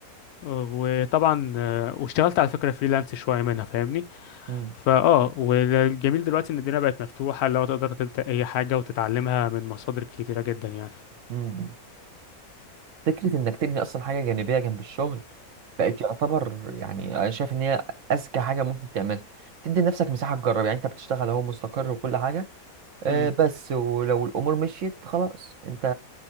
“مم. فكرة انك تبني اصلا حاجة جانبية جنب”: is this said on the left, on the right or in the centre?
Right